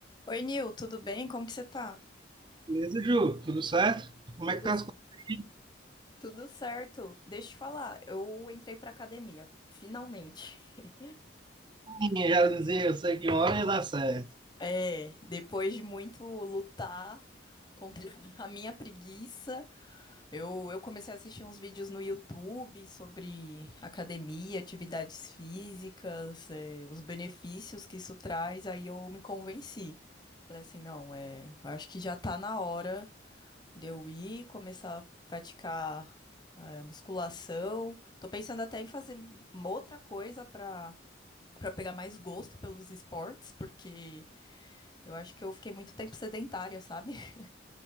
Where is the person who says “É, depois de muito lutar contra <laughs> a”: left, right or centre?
Left